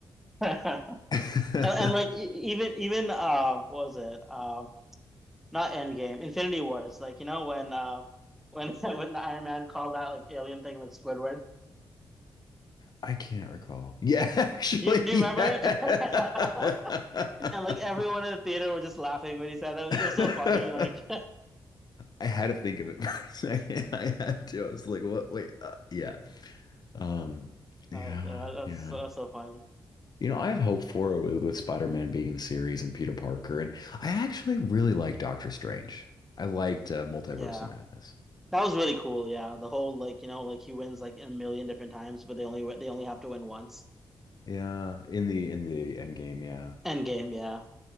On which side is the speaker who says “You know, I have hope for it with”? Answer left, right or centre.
Left